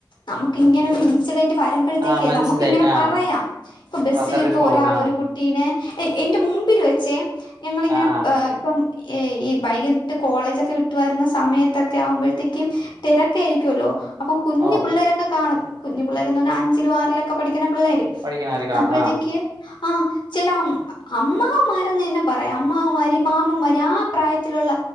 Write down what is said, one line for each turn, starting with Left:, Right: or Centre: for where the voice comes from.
Left: നമുക്ക് ഇങ്ങനെ ഒരു ഇൻസിഡൻ്റ് വര മ്പഴത്തേക്കേ
Right: ആഹ് മനസ്സിലായി
Left: നമുക്ക് ഇങ്ങനെ
Right: ആഹ്
Left: പറയാം. ഇപ്പം ബസിൽ
Right: പതറിപ്പോവും
Left: ഇപ്പോ ഒരാള്
Right: ആഹ്
Left: ഒരു കു ട്ടീനെ എ എന്റെ മുമ്പിൽ വെച്ചേ. ഞങ്ങളിങ്ങനെ
Right: ആഹ് ആഹ്
Left: ഏഹ് ഇപ്പം ഈ ഈ വൈകിട്ട് കോളേജൊക്കെ വിട്ട് വരുന്ന സമയത്തൊക്കെ ആവുമ്പഴ്ത്തേക്കും തെരക്കായിരിക്കോല്ലോ. അപ്പം കുഞ്ഞ്
Right: ഓ
Left: പിള്ളേരൊക്കെ കാണും. കുഞ്ഞ് പിള്ളേരെന്ന് പറഞ്ഞാ അഞ്ചിലും ആറിലൊക്കെ പഠിക്ക്ണ പിള്ളേര്.
Right: പഠിക്കുന്നവര് കാണും
Left: അപ്പഴ്ത്തേക്ക്‌
Right: ആഹ്
Left: ആഹ് ചില അമ്മാവൻമാരെന്ന് തന്നെ പറയാം അമ്മാവമാര് മാമന്മാര് ആഹ് പ്രായത്തിലുള്ള